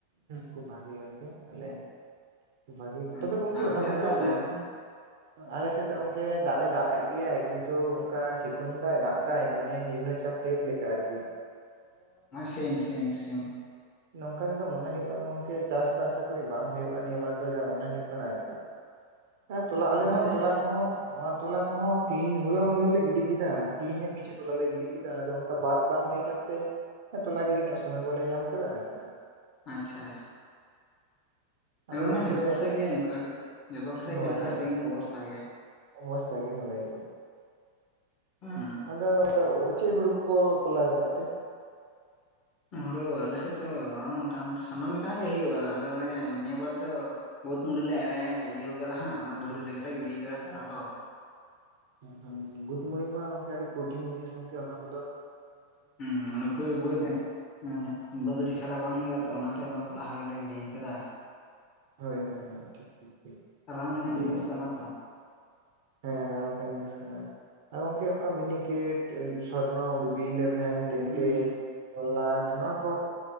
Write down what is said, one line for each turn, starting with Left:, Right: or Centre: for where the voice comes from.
Right: ᱠᱷᱩᱵᱽ ᱵᱷᱟᱜᱮ ᱜᱚᱝᱠᱮ ᱛᱟᱦᱞᱮ ᱾ ᱵᱷᱟᱹᱜᱤ ᱛᱚᱵᱮ
Left: ᱟᱪᱪᱷᱟ
Right: ᱜᱚᱝᱠᱤ
Left: ᱟᱨ ᱟᱯᱮ
Right: ᱚᱱᱟ ᱠᱚᱨᱮ
Left: ᱥᱮᱫ ᱫᱟᱜ
Right: ᱫᱚ
Left: ᱮᱫᱟᱭ
Right: ᱯᱩᱨᱴ
Left: ᱜᱚᱝᱠᱮ
Right: ᱾ ᱟᱞᱮᱥᱮᱫ ᱫᱚ ᱚᱱᱠᱮ ᱫᱟᱜᱽ ᱫᱚᱭ ᱫᱟᱜᱽ ᱮᱫ ᱜᱮᱭᱟᱭ ᱠᱤᱱᱛᱩ ᱚᱱᱠᱟ ᱥᱤᱛᱩᱝ ᱫᱟᱭ ᱫᱟᱜᱽ ᱫᱟᱭ ᱢᱟᱱᱮ ᱱᱤᱢᱱᱚ ᱪᱟᱯ ᱾ ᱴᱟᱭᱮᱯ ᱞᱮᱠᱟ ᱟᱨ ᱠᱤ ᱾
Left: ᱥᱮᱢ ᱥᱮᱢ ᱥᱮᱢ ᱾
Right: ᱱᱚᱝᱠᱟ ᱨᱮᱫᱚ ᱢᱚᱱᱮ ᱦᱳᱭᱳᱜ ᱠᱟᱱᱟ ᱜᱚᱝᱠᱮ ᱪᱟᱥ ᱫᱚ ᱟᱥᱟ ᱠᱚᱨᱮ ᱵᱟᱝ ᱦᱳᱭᱩᱜᱼᱟ ᱱᱤᱭᱟᱹ ᱵᱟᱨ ᱫᱚ ᱡᱟ ᱢᱚᱱᱮ ᱦᱩᱭᱩᱜᱭᱳᱜ ᱟᱨᱠᱤ ᱾ ᱦᱮᱸ ᱛᱚᱞᱟ ᱟᱞᱮ
Left: ᱢᱟᱱᱮ
Right: ᱦᱚᱸ
Left: ᱡᱟ
Right: ᱛᱚᱞᱟ ᱾ ᱠᱚᱦᱚᱸ ᱛᱚᱞᱟ ᱠᱚᱦᱚᱸ ᱛᱤᱦᱤᱸᱜ ᱦᱚᱞᱟ ᱢᱟᱱᱫᱷᱮᱨ ᱞᱮ ᱜᱤᱰᱤ ᱠᱮᱫᱟ ᱛᱤᱦᱤᱧᱟᱹᱜ ᱠᱤᱪᱷᱩ ᱛᱚᱞᱟ ᱞᱮ ᱜᱤᱰᱤ ᱠᱮᱫᱟ ᱟᱫᱚ ᱾ ᱚᱱᱠᱟ ᱵᱟᱫ ᱵᱟᱝ ᱦᱩᱭ ᱟᱠᱟᱱ ᱛᱮ ᱴᱚᱞᱟ ᱜᱤᱰᱤ ᱨᱮᱱᱟᱜ ᱥᱚᱢᱚᱭ ᱵᱟᱞᱮ ᱧᱟᱢ ᱟᱠᱟᱫᱟ ᱟᱨᱠᱤ ᱾
Left: ᱟᱸᱪᱷᱟ ᱟᱪᱷᱟ ᱾ ᱦᱮᱸ
Right: ᱟᱫᱚ
Left: ᱢᱟᱱᱮ
Right: ᱜᱚᱝᱠᱮ
Left: ᱡᱚᱛᱚ ᱦᱚᱲ
Right: ᱟᱯᱮ
Left: ᱥᱮᱜ
Right: ᱪᱮᱫ?
Left: ᱜᱮ ᱚᱱᱠᱟ ᱡᱚᱛᱚ ᱦᱚᱲ ᱥᱮᱜ
Right: ᱦᱳᱭ
Left: ᱜᱮ ᱚᱱᱠᱟ
Right: ᱦᱳᱭ
Left: ᱥᱤᱢ ᱚᱵᱚᱥᱛᱟ ᱜᱮ ᱾
Right: ᱚᱵᱚᱥᱛᱟ ᱜᱮ ᱦᱩᱭ ᱾
Left: ᱦᱸ ᱾
Right: ᱟᱫᱚ ᱚᱪᱮᱜ ᱦᱩᱲᱩ ᱠᱚᱠᱚ ᱛᱚᱞᱟᱣ ᱟᱠᱟᱫ ᱛᱮ?
Left: ᱦᱩᱲᱩ ᱟᱞᱮ ᱥᱮᱫᱽ ᱫᱚ ᱢᱚᱴᱟ ᱢᱩᱴᱤ ᱥᱟᱱᱟᱢ ᱞᱮᱠᱟᱱᱟᱜ ᱜᱮ ᱦᱩᱭᱩᱜᱼᱟ ᱟᱫᱚ ᱚᱱᱮ ᱱᱤᱭᱟᱹ ᱵᱟᱨ ᱫᱚ ᱾ ᱵᱩᱦᱩᱛ ᱢᱩᱲᱤ ᱞᱮ ᱤᱭᱟᱹᱣ ᱠᱟᱫᱟ ᱦᱟᱸᱜ ᱚᱱᱟ ᱫᱷᱩᱲᱤ ᱨᱮᱜᱮ ᱞᱮ ᱜᱤᱲᱤᱭ ᱟᱠᱟᱫᱟ ᱪᱟᱨᱟ ᱫᱚ ᱾
Right: ᱦᱸ ᱦᱩᱸ ᱵᱩᱴ ᱢᱚᱱᱤ ᱢᱟ ᱚᱝᱠᱮ ᱟᱹᱰᱤ ᱯᱨᱚᱴᱤᱱ ᱡᱤᱱᱤᱥ ᱜᱚᱝᱠᱮ ᱚᱱᱟ ᱠᱚᱫᱚ ᱾
Left: <unintelligible> ᱵᱟᱹᱭ ᱛᱮ ᱦᱮᱸ ᱵᱟᱹᱫᱽ ᱨᱮᱪᱷᱟᱲᱟ ᱵᱟᱝ ᱦᱩᱭᱩᱜᱼᱟ ᱛᱚ ᱚᱱᱟᱛᱮ ᱚᱱᱟ ᱫᱚ ᱞᱟᱦᱟ ᱜᱮᱞᱮ ᱜᱤᱰᱤᱭ ᱠᱟᱫᱟ᱾
Right: ᱦᱳᱭ ᱦᱳᱭ ᱦᱳᱭ ᱴᱤᱠ ᱴᱤᱠ
Left: ᱨᱟᱱ ᱞᱮᱠᱟᱱ
Right: ᱟᱹᱰᱤ
Left: ᱡᱤᱱᱤᱥ
Right: ᱱᱟᱯᱟᱭ᱾
Left: ᱛᱚ ᱚᱱᱟ ᱫᱚ
Right: ᱦᱮᱸ ᱨᱟᱱ ᱞᱮᱠᱟᱱ ᱡᱤᱱᱤᱥ ᱠᱟᱱᱟ ᱟᱨ ᱜᱚᱝᱠᱮ ᱚᱱᱠᱟ ᱢᱤᱱᱤᱠᱮᱴ᱾ ᱥᱚᱨᱱᱚ ᱵᱤᱵᱤ ᱤᱞᱮᱵᱷᱮᱱ ᱴᱮᱱ
Left: ᱦᱩᱸ
Right: ᱴᱮᱱ ᱛᱚᱞᱟᱴ ᱱᱚᱣᱟ ᱠᱚ᱾